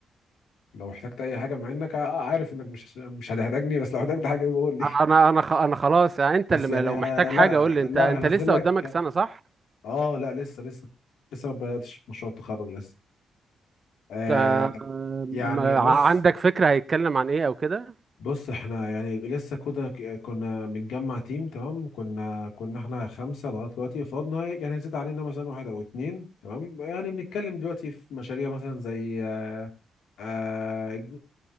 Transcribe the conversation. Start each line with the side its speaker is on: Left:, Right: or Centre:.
Left: لو احتجت اي حاجه مع انك عارف انك مش مش هتحتاجني بس لو احتجت حاجه بقول لي
Right: أنا أنا خ... أنا خلاص يعني أنت
Left: بس
Right: اللي
Left: يعني
Right: لو
Left: آه،
Right: محتاج حاجة
Left: لا
Right: قول لي أنت
Left: لا
Right: أنت
Left: هنزل
Right: لسه
Left: لك
Right: قدامك سنة صح؟
Left: اه لا لسه لسه لسه ما بداتش مشروع التخرج لسه آه
Right: أنت آه،
Left: يعني
Right: ما-
Left: بص
Right: عندك فكرة هيتكلم عن إيه أو كده؟
Left: بص احنا يعني لسه كده ك- كنا بنجمع تيم تمام كنا كنا احنا خمسه لغايه دلوقتي فاضنا يعني زاد علينا مثلا واحد او اتنين تمام يعني بنتكلم دلوقتي في مشاريع مثلا زي آه آه،